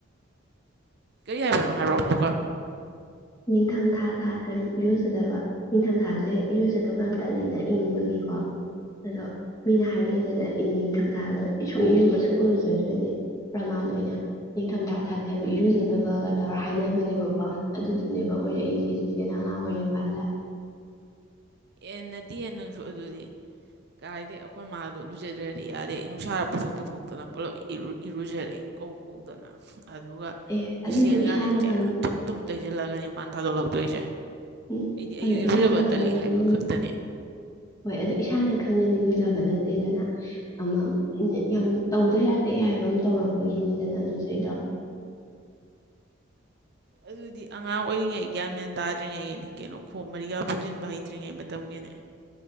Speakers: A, on the right; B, on the left.
A: ꯀꯔꯤ ꯍꯥꯏꯕꯅꯣ ꯍꯥꯏꯔꯣ ꯑꯃꯨꯛꯀ
B: ꯅꯤꯡꯊꯝꯊꯥ ꯊꯥ ꯇꯔꯨꯛ ꯏꯔꯨꯖꯗꯕ ꯅꯤꯡꯊꯝꯊꯥꯁꯦ ꯏꯔꯨꯖꯗꯧꯕ ꯌꯥꯝ ꯇꯜꯂꯤꯅ ꯏꯪꯕꯒꯤꯀꯣ ꯑꯗꯣ ꯃꯤꯅ ꯍꯥꯏꯅꯩꯗꯅ ꯏꯪ ꯅꯤꯡꯊꯝꯊꯥꯗ ꯏ ꯁꯨꯡ ꯏꯔꯨꯒ ꯁꯨꯡꯎ ꯂꯨꯖꯗ꯭ꯔꯗꯤ ꯄ꯭ꯔꯃꯥꯟ ꯑꯣꯏꯅ ꯅꯤꯡꯊꯝꯊꯥ ꯊꯥ ꯊꯔꯨꯛ ꯏꯔꯨꯖꯗꯕꯒ ꯇꯧꯔ ꯍꯥꯏꯅꯕꯅꯦꯕꯀꯣ ꯑꯗꯨꯗꯨꯅꯦꯕ ꯑꯣꯏꯔꯛꯏꯁꯦ ꯆꯤꯆꯦꯅ ꯑꯉꯥꯡ ꯑꯣꯏꯔꯤꯀꯥꯟꯗ
A: ꯑꯦ ꯅꯠꯇꯤꯌꯦ ꯅꯪꯁꯨ ꯑꯗꯨꯗꯤ ꯀꯥꯏꯗꯩ ꯑꯈꯣꯏ ꯃꯥꯗꯣ ꯂꯨꯖꯗ꯭ꯔꯗꯤ ꯌꯥꯗꯦ ꯑꯩ ꯅꯨꯡꯁꯥꯗ ꯄꯨꯊꯣꯛ ꯄꯨꯊꯣꯛꯇꯅ ꯄꯨꯂꯞ ꯏꯔꯨ ꯏꯔꯨꯖꯔꯛꯏ ꯀꯧ ꯀꯧꯗꯅ ꯑꯗꯨꯒ
B: ꯑꯦ
A: ꯒꯤꯁꯂꯦꯟꯒꯥꯁꯦ
B: ꯑꯗꯨꯗꯣ ꯏꯁꯥꯅ
A: ꯆꯌꯥꯝ
B: ꯈꯪ
A: ꯊꯨꯝ ꯊꯨꯝ ꯇꯩꯁꯤꯜꯂꯒꯅꯤ ꯃꯥꯅ ꯊꯥꯗꯣꯛꯂꯛꯇꯣꯏꯁꯦ
B: ꯎꯝ
A: ꯑꯩꯗꯤ
B: ꯑꯗꯣ
A: ꯑꯌꯨꯛ ꯏꯔꯨꯖꯔꯕ
B: ꯏꯁꯥꯅ ꯈꯪꯅꯗꯤ
A: ꯇꯠꯂꯤ ꯍꯥꯏꯕ ꯈꯛꯇꯅꯦ
B: ꯍꯣꯏ ꯑꯗꯨ ꯏꯁꯥꯅ ꯈꯪꯅꯗꯤ ꯂꯨꯖꯕ ꯅꯠꯇꯦꯗꯅ ꯑꯃ ꯌꯥꯝ ꯇꯧꯗ ꯌꯥꯗꯦ ꯍꯥꯏꯕ ꯑꯃ ꯇꯧꯔꯛꯄꯒꯤꯅꯤꯗꯅ ꯑꯗꯨꯁꯦ ꯑꯩꯗꯣ
A: ꯑꯗꯨꯗꯤ ꯑꯉꯥꯡ ꯑꯣꯏꯔꯤꯉꯩ ꯒ꯭ꯌꯥꯟ ꯃꯌꯥꯟ ꯇꯥꯗ꯭ꯔꯤꯉꯩꯅꯤ ꯀꯩꯅꯣ ꯈꯣꯞ ꯃꯔꯤꯒ ꯄꯨꯁꯤꯟꯕ ꯍꯩꯇ꯭ꯔꯤꯉꯩ ꯃꯇꯝꯒꯤꯅꯦ